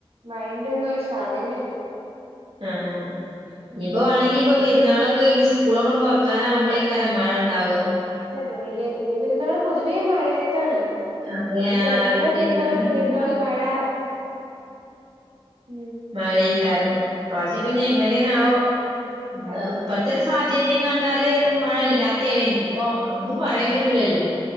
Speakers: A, on the right; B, on the right.
A: മുഴന്റെന്നും ഒരു ശാഖന്നെ ഇല്ല
B: ആഹ്
A: ഉം
B: ഇനിയിപ്പൊ വേണെങ്കിപ്പൊ പെര്ന്നാളൊക്കെ കഴിഞ്ഞ് സ്കൂളൊക്കെ തുറക്കാനാവുമ്പളേക്കരം മഴ ഉണ്ടാവ
A: ജവല്യ ചെറിയപെരുന്നാൾ പൊതുവേ മഴയത്താണ്
B: അതെ
A: അധികം
B: ആഹ്
A: എല്ലാ
B: പെരുന്നാൾ
A: പെരുന്നാളും
B: കഴിഞ്ഞ്
A: വല്യര്ന്നാളും മഴ ഉം
B: മഴേക്കാരം ഇപ്രാവശ്യ ഇപ്പൊ
A: ഉം
B: എങ്ങനെണാവോ ഉം
A: അറിയില്ല
B: ഇപ്പത്തരു സാഹചര് <unintelligible> കണ്ടാല് മഴ ഇല്ലാത്തതേനി ഇപ്പൊ ഒന്നും പറയാൻ പറ്റൂലല്ലോ